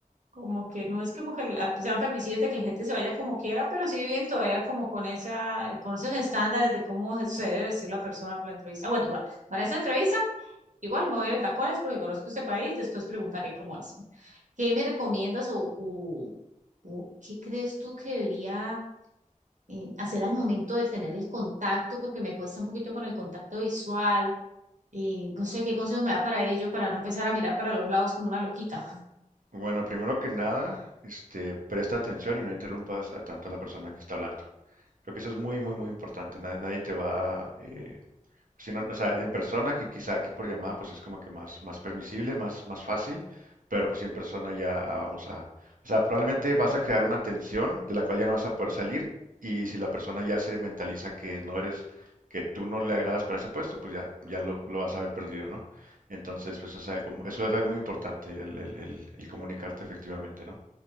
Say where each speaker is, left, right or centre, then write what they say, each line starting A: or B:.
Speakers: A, on the right; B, on the right.
A: Como que no es como que la- sean permisivos de que la gente se vaya como quiera, pero sí viven todavía como con esa, con esos estándares de cómo se debe vestir la persona para la entrevista. Bueno, igual, para esa entrevista Igual mover en tacones porque conozco este país, después preguntaré cómo es. ¿Qué me recomiendas o, o- o qué crees tú que debería eh, hacer al momento de tener el contacto? Porque me cuesta un poquito con el contacto visual. eh, no sé qué consejos me da para ello, para no empezar a mirar para los lados como una loquita.
B: Bueno, primero que nada, este, presta atención y no interrumpas a tanto a la persona que está hablando. Creo que eso es muy, muy, muy importante. Na- Nadie, te va a Si no, o sea, en persona, que quizá aquí por llamada, pues es como que más, más permisible, más, más fácil, pero pues sí en persona ya ah, vamos a, o sea, probablemente vas a crear una tensión de la cual ya no vas a poder salir y si la persona ya se mentaliza que no eres, que tú no le agradas para ese puesto, pues ya, ya lo, lo vas a haber perdido, ¿no? Entonces, pues o sea, el eso es algo muy importante, el, el- el- el comunicarte efectivamente, ¿no?